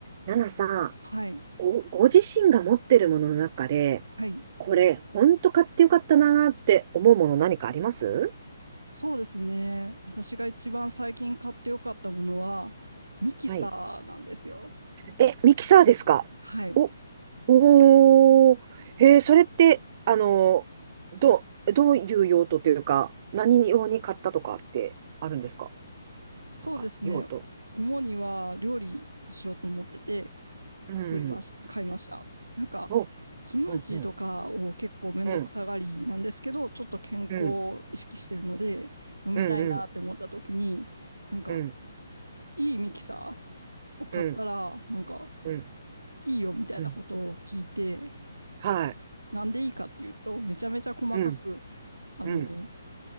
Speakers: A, on the right; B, on the right.
A: ナナさん、
B: はい、
A: ご、ご自身が持ってるものの中で、
B: はい。
A: これ、ほんと買ってよかったなーって思うもの何かあります
B: そうですね。私が一番最近買ってよかったものは、ミキサーなんですよ。
A: はい。え、ミキサーですかお、
B: はい。
A: おー、えーそれって、あのー、ど、どういう用途というか、何用に買ったとかってあるんですか
B: そうですね。
A: なんか、用途。
B: 主には料理をしようと思ってて、
A: うん。
B: 作りまし、買いました。なんか、
A: お、
B: スムージーとかを結構めんどくさがりなんですけど、
A: うん、うん、うん、
B: ちょっと健康を意識してるので、
A: うん、
B: 飲みたいなって思った時に、
A: うん、うん、
B: なんか、
A: うん、
B: いいミキサーを買ったら、
A: うん、
B: なんか、
A: うん、
B: いいよみたいなことを聞いて、
A: うんはい。
B: なんでいいかっていうと、めちゃめちゃ細かく、
A: うん、
B: あの、
A: うん。